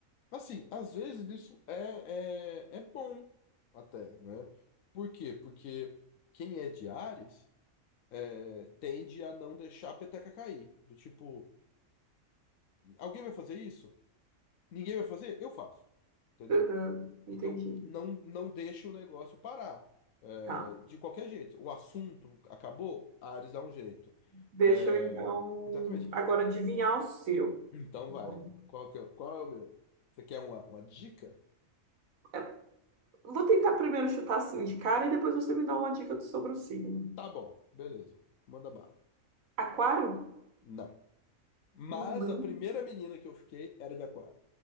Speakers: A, on the left; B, on the right.
A: Assim, às vezes isso é, é, é bom até, né? Por quê? Porque quem é de Ares é, tende a não deixar a peteca cair. Do tipo, alguém vai fazer isso? Ninguém vai fazer? Eu faço, entendeu?
B: Aham, entendi.
A: Então, não, não deixa o negócio parar. É,
B: Tá.
A: de qualquer jeito. O assunto acabou, Ares dá um jeito.
B: Deixa
A: É,
B: eu então
A: exatamente.
B: agora adivinhar o seu.
A: Então
B: Vou
A: vai. Qual que é, qual é o meu? Você quer uma, uma dica?
B: é, vou tentar primeiro chutar assim de cara e depois você me dá uma dica sobre o signo.
A: Tá bom, beleza. Manda bala.
B: Aquário?
A: Não. Mas
B: Não.
A: a primeira menina que eu fiquei era de aquário.